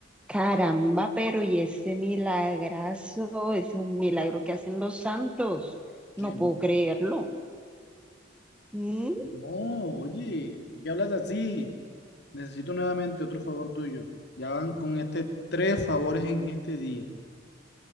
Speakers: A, in the centre; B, on the left (about 60°).
A: Caramba, pero y ese milagrazo, es un milagro que hacen los santos. No
B: Que
A: puedo creerlo. ¿Mm?
B: No, oye, ¿por qué hablas así? Necesito nuevamente otro favor tuyo. Ya van con este tres favores en este día.